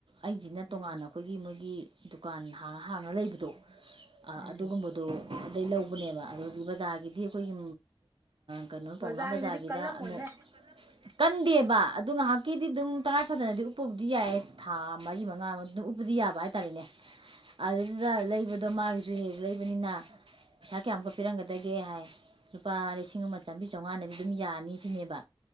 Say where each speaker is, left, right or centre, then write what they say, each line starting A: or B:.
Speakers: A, on the right; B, on the right.
A: ꯑꯩꯁꯤꯅ
B: ꯎꯝ
A: ꯇꯣꯉꯥꯟꯅ ꯑꯩꯈꯣꯏꯒꯤ ꯃꯣꯏꯒꯤ ꯗꯨꯀꯥꯟ ꯍꯥꯡꯉ ꯍꯥꯡꯉ ꯂꯩꯕꯗꯣ
B: ꯎꯝ
A: ꯑꯗꯨꯒꯨꯝꯕꯗ ꯑꯣ ꯑꯗꯩ ꯂꯧꯕꯅꯦꯕ ꯑꯗꯣ ꯍꯧꯖꯤꯛ ꯕꯖꯥꯔꯒꯤꯗꯤ ꯑꯩꯈꯣꯏꯒꯤ ꯀꯩꯅꯣ
B: ꯑꯣꯖꯥꯒꯤꯗꯨꯗꯤ
A: ꯄꯥꯎꯅꯥ ꯕꯖꯥꯔꯒꯤꯗ
B: ꯀꯜꯂꯝꯃꯣꯏꯍꯦ
A: ꯑꯃꯨꯛ ꯀꯟꯗꯦꯕ ꯑꯗꯨ ꯉꯥꯏꯍꯥꯛ ꯀꯤꯗꯤ ꯑꯗꯨꯝ ꯇꯉꯥꯏ ꯐꯗꯅꯗꯤ ꯎꯄꯕꯨꯗꯤ ꯌꯥꯏ ꯊꯥ ꯃꯔꯤ ꯃꯉꯥ ꯑꯗꯨꯝ ꯕꯨꯗꯤ ꯌꯥꯕ ꯍꯥꯏꯇꯥꯔꯦꯅꯦ ꯑꯗꯨꯗꯨꯗ ꯂꯩꯕꯗꯣ
B: ꯎꯝ
A: ꯃꯥꯒꯤꯁꯨ ꯍꯦꯛ ꯂꯩꯕꯅꯤꯅ ꯄꯩꯁꯥ ꯀꯌꯥꯃꯨꯛꯀ ꯄꯤꯔꯝꯒꯗꯒꯦ ꯍꯥꯏ ꯂꯨꯄꯥ ꯂꯤꯁꯤꯡ ꯑꯃ ꯆꯥꯝꯔꯤ ꯆꯥꯝꯃꯉꯥꯗꯗꯤ ꯑꯗꯨꯝ ꯌꯥꯅꯤ ꯁꯤꯅꯦꯕ